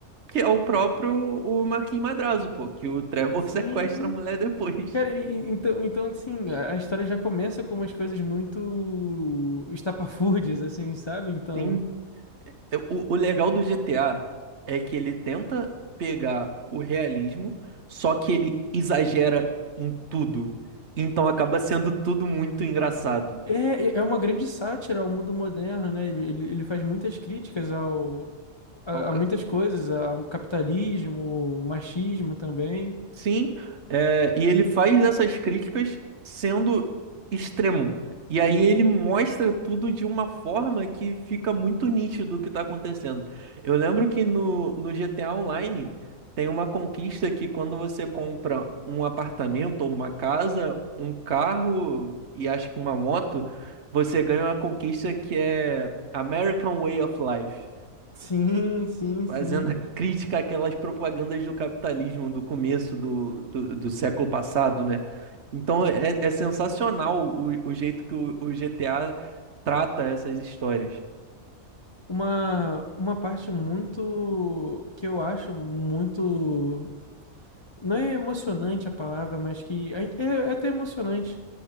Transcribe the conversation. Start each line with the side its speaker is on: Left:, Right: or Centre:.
Right: Que é o próprio o Marquinhos Madrazo, pô, que o Trevor
Left: Sim,
Right: <laughs> sequestra a mulher depois.
Left: cara, e- e- então, então assim, a a história já começa com umas coisas muito estapafúrdias, assim, sabe? Então,
Right: Sim. Eu- O, o legal do GTA é que ele tenta pegar o realismo, só que ele exagera em tudo. Então acaba sendo tudo muito engraçado.
Left: é, é é uma grande sátira ao mundo moderno, né? Ele, ele, ele faz muitas críticas ao, a,
Right: Ao ca-
Left: a muitas coisas, ao capitalismo, machismo também.
Right: Sim, é, e ele faz essas críticas sendo extremo. E aí ele mostra tudo de uma forma que fica muito nítido o que está acontecendo. Eu lembro que no, no GTA Online tem uma conquista que quando você compra um apartamento ou uma casa, um carro e acho que uma moto, você ganha uma conquista que é American Way of Life
Left: Sim, sim,
Right: fazendo
Left: sim.
Right: a crítica àquelas propagandas do capitalismo do começo do, do, do século passado, né? Então é, é é sensacional o, o jeito que o, o GTA trata essas histórias.
Left: Uma, uma parte muito que eu acho muito. Não é emocionante a palavra, mas que é, é até emocionante.